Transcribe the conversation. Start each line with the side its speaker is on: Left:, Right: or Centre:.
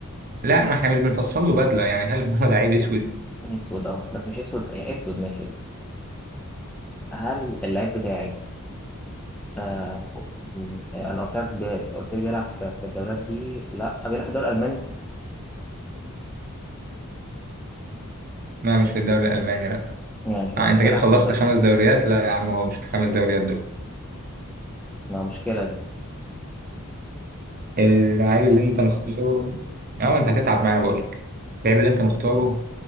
Right: لا ما احنا مش بنفصل له بدله يعني هل هو لعيب اسود
Centre: اسود اه بس مش اسود يعني اسود ماشي اسود هل اللعيب بتاعي آه م- آه، انا قلت لك ب- قلت لي بيلعب في في الدوريات دي لا آه، بيلعب في الدوري الالماني
Right: لا مش في الدوري الالماني لا
Centre: يعني كده
Right: آه
Centre: مش
Right: انت
Centre: بيلعب
Right: كده خلصت
Centre: في الدوري
Right: خمس دوريات لا يا عم هو مش في الخمس دوريات دول
Centre: ما مشكلة دي
Right: اللعيب اللي انت مختاره اه ما انت هتتعب معانا بقول لك اللعيب اللي انت مختاره